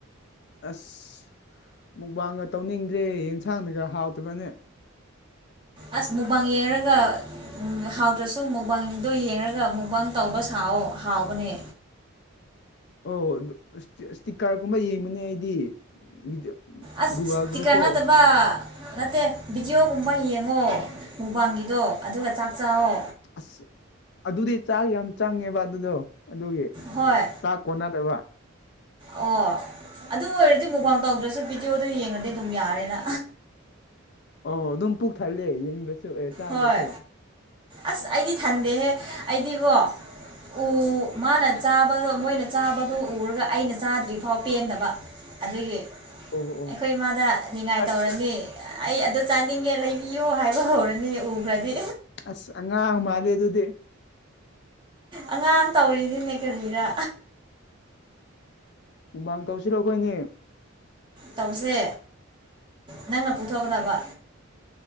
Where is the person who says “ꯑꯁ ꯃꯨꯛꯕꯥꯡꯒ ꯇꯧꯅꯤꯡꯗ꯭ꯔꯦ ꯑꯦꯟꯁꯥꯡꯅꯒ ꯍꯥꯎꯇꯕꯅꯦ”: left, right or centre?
Left